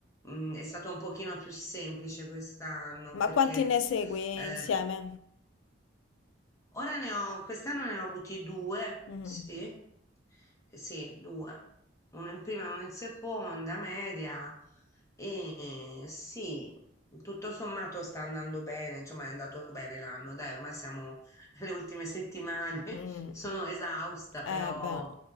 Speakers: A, on the left; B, on the left.
A: mm, è stato un pochino più semplice quest'anno
B: ma
A: perché...
B: quanti ne segui
A: eh,
B: insieme?
A: Ora ne ho, quest'anno ne ho avuti due,
B: Mhm.
A: sì, sì, due, uno in prima e uno in seconda, media, e sì, tutto sommato sta andando bene, insomma è andato bene l'anno, dai, ormai siamo <laughs> alle ultime settimane, <laughs>
B: Mm.
A: sono esausta, però
B: Eh beh,